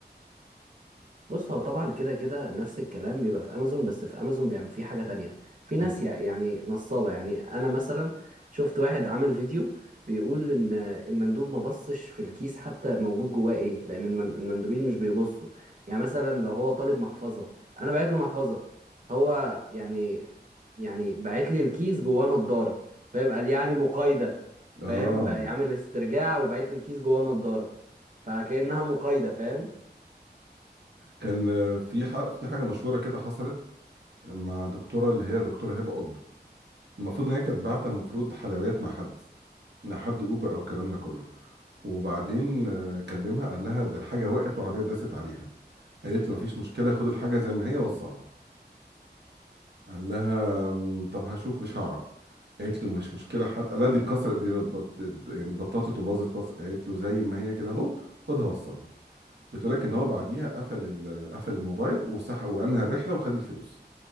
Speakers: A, on the right; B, on the right.
A: بص هو طبعا كده كده نفس الكلام بيبقى في امازون بس في امازون بيعمل فيه حاجه تانية في ناس
B: ايه
A: يع- يعني نصابه يعني انا مثلا شفت واحد عامل فيديو بيقول ان المندوب ما بصش في الكيس حتى موجود جواه ايه لان المن- المندوبين مش بيبصوا يعني مثلا لو هو طالب محفظه انا بعت له محفظه هو يعني يعني بعت لي الكيس جواه نضاره فاهم قال يعني مقايده
B: اه
A: فاهم بقى يعمل استرجاع وبعت لي الكيس جواه نضاره فكانها مقايده فاهم
B: كان آه، في ح... في حاجه مشهوره كده حصلت مع دكتوره اللي هي دكتوره هبه قطب المفروض ان هي كانت باعته المفروض حلويات مع حد مع حد اوبر او الكلام ده كله وبعدين آه، كلمها قال لها ده الحاجه وقعت وعربيه داست عليها قالت له مفيش مشكله خد الحاجه زي ما هي وصلها قال لها "مم، طب هشوف مش هعرف قالت له مش مشكله حد قال لها دي اتكسرت دي بط- يعني اتبططت وباظت خلاص قالت له زي ما هي كده اهو خدها وصلها بتقولك ان هو بعديها قفل ال- قفل الموبايل وسحب وانهى الرحله وخد الفلوس